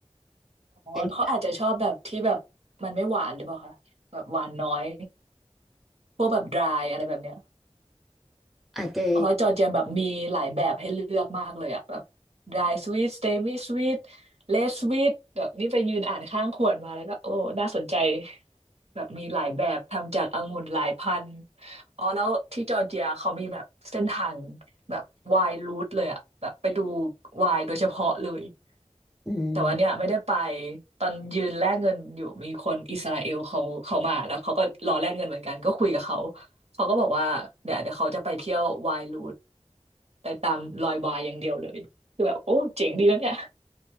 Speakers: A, on the right; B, in the centre.
A: อ๋อเขาอาจจะชอบแบบที่แบบมันไม่หวานหรือเปล่าคะแบบหวานน้อย
B: แต่นี่
A: พวกแบบ dry อะไรแบบเนี้ย
B: อาจจะ
A: เพราะจอร์เจียแบบมีหลายแบบให้เลือกมากเลยอะแบบ dry sweet semi sweet less sweet แบบนี่ไปยืนอ่านข้างขวดมาแล้วก็โอ้ น่าสนใจแบบมีหลายแบบทำจากองุ่นหลายพันธุ์อ๋อแล้วที่จอร์เจียเขามีแบบเส้นทางแบบ wine route เลยอะแบบไปดู wine โดยเฉพาะเลย
B: อืม
A: แต่ว่าเนี่ยไม่ได้ไปตอนยืนแลกเงินอยู่มีคนอิสราเอลเขาเขามาแล้วเขาก็รอแลกเงินเหมือนกันก็คุยกับเขาเขาก็บอกว่าเดี๋ยวเดี๋ยวเขาจะไปเที่ยววายรูทไปตามรอยวายอย่างเดียวเลยคือแบบโอ้เจ๋งดีแล้วเนี่ย